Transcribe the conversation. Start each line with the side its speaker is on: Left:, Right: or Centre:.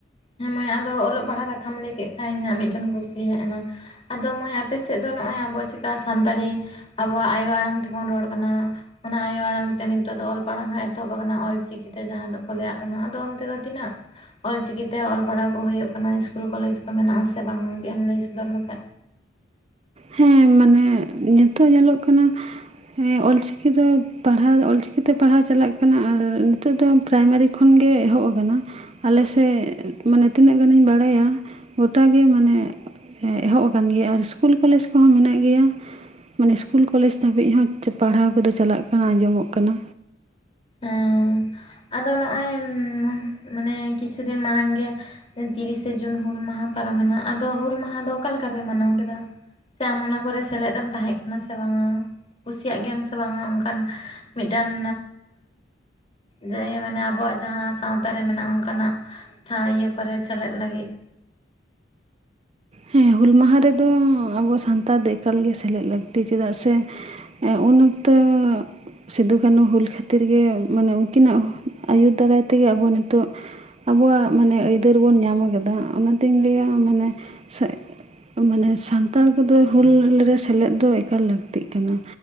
Left: ᱦᱮᱸ ᱢᱟᱹᱭ ᱟᱢ ᱫᱚ ᱚᱞᱚᱜ ᱯᱟᱲᱦᱟᱜ ᱠᱟᱛᱷᱟᱢ ᱞᱟᱹᱭ ᱠᱮᱜ ᱠᱷᱟᱡ ᱤᱧᱟᱹᱜ ᱢᱤᱫ ᱴᱮᱱ ᱠᱩᱠᱞᱤ ᱦᱮᱡ ᱮᱱᱟ᱾ ᱟᱫᱚ ‌ᱢᱟᱹᱭ ᱟᱯᱮ ᱥᱮᱫ ᱫᱚ ᱱᱚᱜᱼᱚᱭ ᱟᱵᱚ ᱪᱤᱠᱟ ᱥᱟᱱᱛᱟᱲᱤ ᱟᱵᱚᱣᱟᱜ ᱟᱭᱳ ᱟᱲᱟᱝ ᱛᱮᱵᱚᱱ ᱨᱚᱲ ᱠᱟᱱᱟ᱾ ᱚᱱᱟ ᱟᱭᱳ ᱟᱲᱟᱝ ᱛᱮ ᱱᱤᱛᱚᱜ ᱫᱚ ᱚᱞ ᱯᱟᱲᱦᱟ ᱮᱛᱚᱦᱚᱵ ᱟᱠᱟᱱᱟ ᱚᱞ ᱪᱤᱠᱤ ᱛᱮ ᱡᱟᱦᱟᱸ ᱫᱚ ᱠᱚ ᱞᱮᱭᱟᱜ ᱠᱟᱱᱟ ᱟᱫᱚ ᱚᱱᱛᱮ ᱫᱚ ᱛᱤᱱᱟᱹᱜ ᱚᱞ ᱪᱤᱠᱤ ᱛᱮ ᱚᱞ ᱯᱟᱲᱦᱟᱣ ᱠᱚ ᱦᱩᱭᱩᱜ ᱠᱟᱱᱟ ᱤᱥᱠᱩᱞ ᱠᱚᱞᱮᱡᱽ ᱠᱚ ᱢᱮᱱᱟᱜ ᱟᱥᱮ ᱵᱟᱝ ᱮᱢ ᱞᱟᱹᱭ ᱥᱚᱫᱚᱨ ᱞᱮᱠᱷᱟᱡ᱾
Right: ᱦᱮᱸ ᱢᱟᱱᱮ ᱱᱤᱛᱚᱜ ᱧᱮᱞᱚᱜ ᱠᱟᱱᱟ᱾ ᱦᱮᱸ ᱚᱞ ᱪᱤᱠᱤ ᱫᱚ ᱯᱟᱲᱦᱟᱣ ᱚᱞ ᱪᱤᱠᱤ ᱛᱮ ᱯᱟᱲᱦᱟᱣ ᱪᱟᱞᱟᱜ ᱠᱟᱱᱟ, ᱟᱨ ᱱᱤᱛᱚᱜ ᱫᱚ ᱯᱨᱟᱭᱢᱟᱨᱤ ᱠᱷᱚᱱ ᱜᱮ ᱮᱦᱚᱵ ᱟᱠᱟᱱᱟ᱾ ᱟᱞᱮ ᱥᱮᱜ ᱢᱟᱱᱮ ᱛᱤᱱᱟᱹᱜ ᱜᱟᱱᱤᱧ ᱵᱟᱲᱟᱭᱟ ᱜᱚᱴᱟ ᱜᱮ ᱢᱟᱱᱮ ᱦᱮᱸ ᱮᱦᱚᱵ ᱟᱠᱟᱱ ᱜᱮᱭᱟ ᱟᱨ ᱤᱥᱠᱩᱞ ᱠᱚᱞᱮᱡᱽ ᱠᱚᱸᱦᱚᱸ ᱢᱮᱱᱟᱜ ᱜᱮᱭᱟ ᱢᱟᱱᱮ ᱤᱥᱠᱩᱞ ᱠᱚᱞᱮᱡᱽ ᱫᱷᱟᱹᱵᱤᱡ ᱦᱚᱸ ᱪᱷᱩ ᱯᱟᱲᱦᱟᱣ ᱠᱚᱫᱚ ᱪᱟᱞᱟᱜ ᱠᱟᱱᱟ ᱟᱸᱡᱚᱢᱚᱜ ᱠᱟᱱᱟ᱾
Left: ᱮᱸ ᱟᱫᱚ ᱱᱚᱜᱼᱚᱭ ᱢᱟᱱᱮ ᱠᱤᱪᱷᱩ ᱫᱤᱱ ᱢᱟᱲᱟᱝ ᱜᱮ, ᱛᱤᱨᱤ ᱥᱮ ᱡᱩᱱ ᱦᱩᱞ ᱢᱟᱦᱟᱸ ᱯᱟᱨᱚᱢᱮᱱᱟ ᱟᱫᱚ ᱦᱩᱞ ᱢᱟᱦᱟᱸ ᱫᱚ ᱚᱠᱟ ᱞᱮᱠᱟ ᱯᱮ ᱢᱟᱱᱟᱣ ᱠᱮᱫᱟ? ᱥᱮ ᱟᱢ ᱚᱱᱟ ᱠᱚᱨᱮ ᱥᱮᱞᱮᱫ ᱮᱢ ᱛᱟᱦᱮᱸ ᱠᱟᱱᱟ ᱥᱮ ᱵᱟᱝᱟ ᱠᱩᱥᱤᱭᱟᱜ ᱜᱮᱭᱟᱢ ᱥᱮ ᱵᱟᱝᱟ ᱚᱱᱠᱟᱱ ᱢᱤᱫᱴᱟᱝ ᱡᱟᱜᱮ ᱢᱟᱱᱮ ᱟᱵᱚᱣᱟᱜ ᱡᱟᱦᱟᱸ ᱥᱟᱶᱛᱟ ᱨᱮ ᱢᱮᱱᱟᱜᱼᱟ ᱚᱱᱠᱟᱱᱟᱜ ᱴᱷᱟᱣ ᱤᱭᱟᱹ ᱠᱚᱨᱮ ᱥᱮᱞᱮᱫ ᱞᱟᱹᱜᱤᱫ
Right: ᱦᱮᱸ, ᱦᱩᱞ ᱢᱟᱦᱟᱸ ᱨᱮᱫᱚ ᱟᱵᱚ ᱥᱟᱱᱛᱟᱲ ᱫᱚ ᱮᱠᱟᱞ ᱜᱮ ᱥᱮᱞᱮᱫ ᱞᱟᱹᱠᱛᱤ, ᱪᱮᱫᱟᱜ ᱥᱮ ᱦᱮᱸ ᱩᱱ ᱚᱠᱛᱚ ᱥᱤᱫᱩ ᱠᱟᱹᱱᱦᱩ ᱦᱩᱞ ᱠᱷᱟᱹᱛᱤᱨ ᱜᱮ, ᱢᱟᱱᱮ ᱩᱱᱠᱤᱱᱟᱜ ᱟᱹᱭᱩᱨ ᱫᱟᱨᱟᱭ ᱛᱮ ᱜᱮ ᱟᱵᱚ ᱱᱤᱛᱚᱜ ᱟᱵᱚᱣᱟᱜ ᱢᱟᱱᱮ ᱟᱹᱭᱫᱟᱹᱨ ᱵᱚᱱ ᱧᱟᱢ ᱟᱠᱟᱫᱟ, ᱚᱱᱟᱛᱤᱧ ᱞᱟᱹᱭᱟ ᱢᱟᱱᱮ ᱥᱮᱡᱽ ᱢᱟᱱᱮ ᱥᱟᱱᱛᱟᱲ ᱠᱚᱫᱚ ᱦᱩᱞ ᱨᱮ ᱥᱮᱞᱮᱫ ᱫᱚ ᱮᱠᱟᱞ ᱞᱟᱹᱠᱛᱤᱜ ᱠᱟᱱᱟ